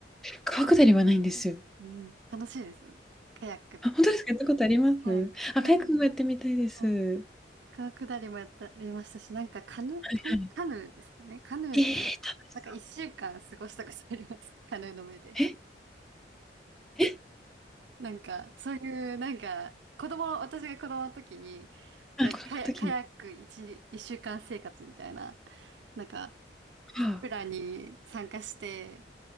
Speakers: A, in the centre; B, on the right.
A: 川下りはないんですよ。
B: うん楽しいですよ。カヤックと。
A: あ、本当ですかやったことありますあ、
B: はい。うん
A: カヤックもやってみたいです。
B: はい。川下りもやった、やりましたし、なんかカヌ、
A: はい。
B: カヌ、カヌーですかね。カヌーで、
A: えー楽しそ
B: なんか一週間過ごしたことあります。カヌーの上で。
A: う。えええ
B: なんか、そういう、なんか、子供、私が子供の時に、
A: あ、
B: なんかカヤ、
A: 子供の時に。
B: カヤック一、一週間生活みたいな、なんか、
A: はあ。
B: プランに参加して、